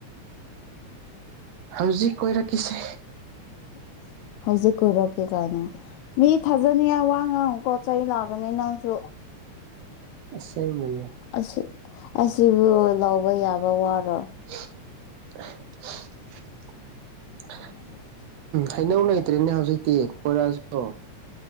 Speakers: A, on the right; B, on the left.
A: ꯍꯧꯖꯤꯛ ꯀꯣꯏꯔꯛꯈꯤꯁꯦ
B: <unintelligible> ꯍꯧꯖꯤꯛ ꯀꯔꯛꯀꯦ ꯀꯅꯣ ꯃꯤ ꯊꯥꯖꯅꯤꯉ ꯋꯥ ꯉꯥꯡꯉꯨꯀꯣ ꯆꯩ ꯂꯥꯛꯑꯒꯅꯤ ꯅꯪꯁꯨ
A: ꯁꯦꯡ ꯃꯅꯦ
B: ꯑꯁꯤ ꯑꯁꯤꯕꯨ ꯂꯧꯕ ꯌꯥꯕ ꯋꯥꯔꯣ
A: <unintelligible>
B: ꯎ ꯑꯣꯏ
A: ꯍꯩꯅꯧ ꯂꯩꯇ꯭ꯔꯦꯅꯦ ꯍꯧꯖꯤꯛꯇꯤ ꯀꯣꯏꯔꯁꯨ